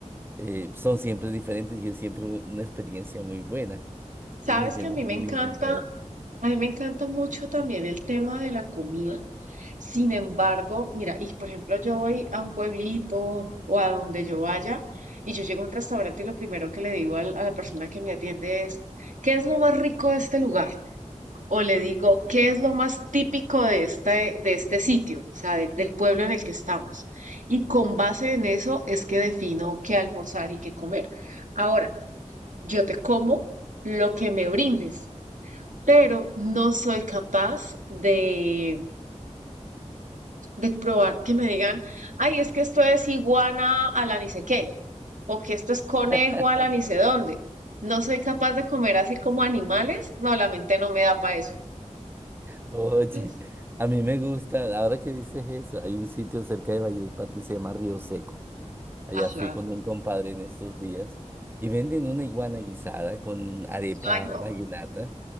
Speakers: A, on the right; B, on the right.
A: eh, son siempre diferentes y es siempre u- una experiencia muy buena. ¿Sí
B: Sabes
A: me entiendes?
B: que a mí
A: A
B: me
A: mí me
B: encanta
A: encanta eso.
B: A mí me encanta mucho también el tema de la comida. Sin embargo, mira, y por ejemplo, yo voy a un pueblito o a donde yo vaya y yo llego a un restaurante y lo primero que le digo al- a la persona que me atiende es, ¿qué es lo más rico de este lugar? O le digo, ¿qué es lo más típico de este, de este sitio? O sea, de- del pueblo en el que estamos. Y con base en eso es que defino qué almorzar y qué comer. Ahora, yo te como lo que me brindes pero no soy capaz de, de probar que me digan, ay, es que esto es iguana a la ni sé qué, o que esto es conejo
A: <laughs>
B: a la ni sé dónde. No soy capaz de comer así como animales. No, la mente no me da para eso.
A: Oye,
B: Mm.
A: a mí me gusta, ahora que dices eso, hay un sitio cerca de Valledupar que se llama Río Seco. Allá
B: Ajá.
A: fui con un compadre en estos días y venden una iguana guisada con arepa
B: Ay, no.
A: vallenata.